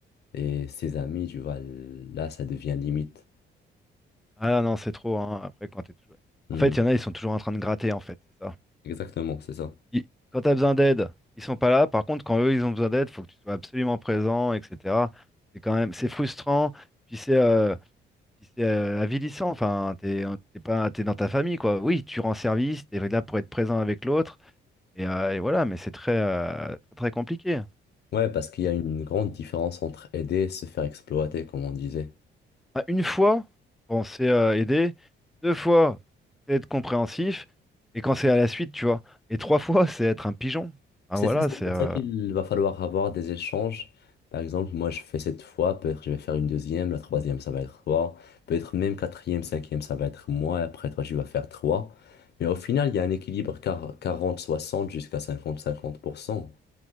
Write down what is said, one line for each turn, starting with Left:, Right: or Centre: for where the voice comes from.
Left: et ses amis, tu vois, là, ça devient limite.
Centre: Ah non, c'est trop, hein, après quand t'es toujours...
Left: Hmm,
Centre: En fait, il y en a, ils sont toujours en train de gratter, en fait, c'est ça.
Left: Exactement, c'est ça.
Centre: Ils- Quand t'as besoin d'aide, ils sont pas là. Par contre, quand eux, ils ont besoin d'aide, faut que tu sois absolument présent, etc. C'est quand même, c'est frustrant. Puis c'est... euh, Puis c'est euh, avilissant, enfin, t'es euh, t'es pas, t'es dans ta famille, quoi. Oui, tu rends service, t'es là pour être présent avec l'autre, et, euh, et voilà, mais c'est très, euh, très, très compliqué.
Left: Ouais, parce qu'il y
Centre: Et,
Left: a une grande différence entre aider et se faire exploiter, comme on disait.
Centre: bah, une fois, bon, c'est euh, aider, deux fois, c'est être compréhensif, et quand c'est à la suite, tu vois, et trois fois, <laughs> c'est être un pigeon. Ah
Left: C'est
Centre: voilà,
Left: ça, c'est
Centre: c'est
Left: pour
Centre: euh,
Left: ça qu'il va falloir avoir des échanges. Par exemple, moi, je fais cette fois, peut-être je vais faire une deuxième, la troisième, ça va être toi, peut-être même quatrième, cinquième, ça va être moi, et après toi, tu vas faire trois. Mais au final, il y a un équilibre quar- 40-60 jusqu'à 50-50%.